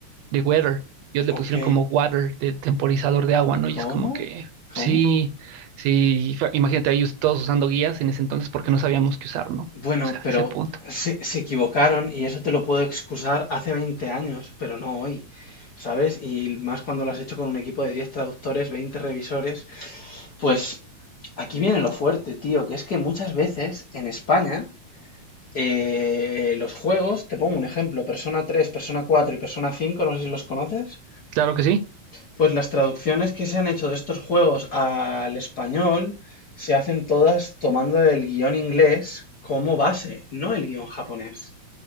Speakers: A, on the right (about 75°); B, on the left (about 50°).
A: de weather. Ellos le
B: Ok,
A: pusieron como water, del temporizador de agua, ¿no?
B: ¿cómo?
A: Y es como que,
B: ¿Cómo?
A: sí, sí, fa- imagínate ellos todos usando guías en ese entonces porque no sabíamos qué usar, ¿no?
B: Bueno,
A: O sea,
B: pero
A: ese punto.
B: se, se equivocaron y eso te lo puedo excusar hace 20 años, pero no hoy, ¿sabes? Y más cuando lo has hecho con un equipo de 10 traductores, 20 revisores. Pues aquí viene lo fuerte, tío, que es que muchas veces en España eh, los juegos, te pongo un ejemplo, Persona tres, Persona cuatro y Persona cinco, no sé si los conoces,
A: Claro que sí,
B: pues las traducciones que se han hecho de estos juegos al español se hacen todas tomando el guión inglés como base, no el guión japonés.